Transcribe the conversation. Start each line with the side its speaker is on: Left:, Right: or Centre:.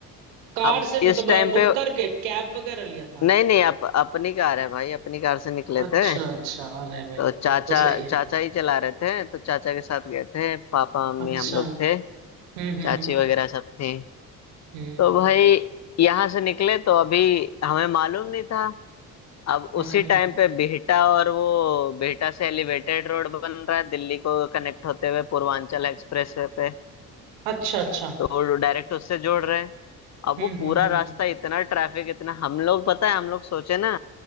Right: कार
Left: अब
Right: से मतलब
Left: इस टाइम
Right: बुक
Left: पे
Right: करके कैब वगैरह लिया था
Left: नहीं नहीं अप, अपनी कार है भाई अपनी कार से निकले
Right: अच्छा
Left: थे
Right: अच्छा अरे भाई
Left: तो चाचा
Right: तब तो सही
Left: चाचा
Right: है
Left: ही चला रहे थे तो चाचा के साथ गए थे पापा मम्मी
Right: अच्छा
Left: हम लोग थे
Right: हम्म हम्म
Left: चाची
Right: हम्म
Left: वगैरह सब थी
Right: हम्म
Left: तो भाई यहाँ से निकले तो अभी हमें मालूम नहीं था अब
Right: हम्म
Left: उसी
Right: हम्म,
Left: टाइम पे बिहटा और वो बिहटा से एलिवेटेड रोड बन रहा है दिल्ली को कनेक्ट होते हुए पूर्वांचल एक्सप्रेस वे पे
Right: अच्छा अच्छा
Left: तो डायरेक्ट उससे जोड़ रहे हैं अब
Right: हम्म
Left: वो
Right: हम्म
Left: पूरा
Right: हम्म
Left: रास्ता इतना ट्रैफिक इतना हम लोग पता है हम लोग सोचे ना